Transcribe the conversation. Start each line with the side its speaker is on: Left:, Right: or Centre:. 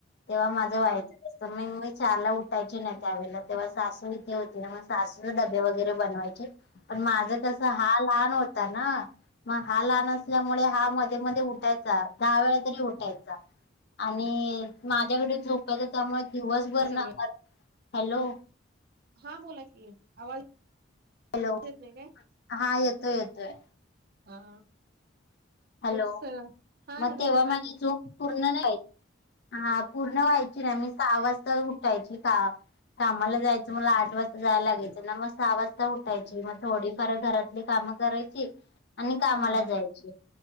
Left: तेव्हा माझं
Right: हा
Left: व्हाचं असतं मग मी चार ला उठायची ना त्यावेळेला तेव्हा सासू इथे होते ना मग सासू ड वगैरे बनवायचे पण माझं कस हा लहान होता ना मग हा लहान असल्यामुळे हा मध्ये मध्ये उठायचा दहा वेळा तरी उठायचा आणि माझ्याकडे झोपयचं त्यामुळे दिवसभर
Right: सगळं
Left: ना हॅलो
Right: हा बोला की आवाज
Left: हॅलो
Right: येत नाही काय
Left: हा येतोय येतोय
Right: हा
Left: हॅलो
Right: तेच हा
Left: मग
Right: हॅलो
Left: तेव्हा
Right: बोला
Left: माझी
Right: की
Left: चूक पूर्ण नाही हा पूर्ण व्हायची रा म सहा वाजता उठायची का कामाला जायचं मला आठ वाजता जायला लागायचं ना मग सहा वाजता उठायची मग थोडीफार घरातली काम करायची आणि कामाला
Right: हा
Left: जायची